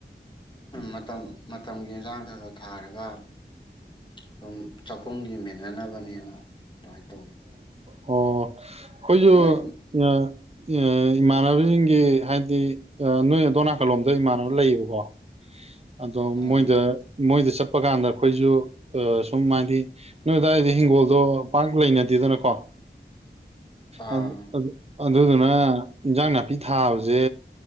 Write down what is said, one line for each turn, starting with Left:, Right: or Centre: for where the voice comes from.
Left: ꯃꯇꯝ ꯃꯇꯝꯒꯤ ꯏꯟꯖꯥꯡ ꯈ ꯈ ꯊꯥꯔꯒ ꯑꯗꯨꯝ ꯆꯥꯛꯈꯨꯝꯒꯤ ꯃꯦꯟꯖꯅꯕꯅꯦꯅ ꯑꯗꯨꯃꯥꯏꯅ ꯇꯧꯋꯤ꯫
Right: ꯑꯣ ꯍꯣꯏꯁꯨ
Left: ꯅꯣꯏ
Right: <unintelligible> ꯏꯃꯥꯟꯅꯕꯁꯤꯡꯒꯤ ꯍꯥꯏꯗꯤ ꯅꯣꯏ ꯑꯗꯣ ꯅꯥꯀꯜꯂꯣꯝꯗ ꯏꯃꯥꯟꯅꯕ ꯂꯩꯌꯦꯕꯀꯣ꯫ ꯑꯗꯣ
Left: ꯎꯝ
Right: ꯃꯣꯏꯗ ꯃꯣꯏꯗ ꯆꯞ ꯆꯠꯄ ꯀꯥꯟꯗ ꯑꯩꯈꯣꯏꯁꯨ ꯑ ꯁꯨꯝ ꯍꯥꯏꯗꯤ ꯅꯣꯏ ꯑꯗꯨꯋꯥꯏꯗꯤ ꯍꯤꯡꯒꯣꯜꯗꯣ ꯄꯥꯛ ꯂꯩꯅꯗꯦꯗꯅꯀꯣ꯫
Left: ꯑꯥ
Right: ꯑꯗ ꯑꯗꯨ ꯑꯗꯨꯅ ꯏꯟꯖꯥꯡ ꯅꯥꯄꯤ ꯊꯥꯕꯁꯦ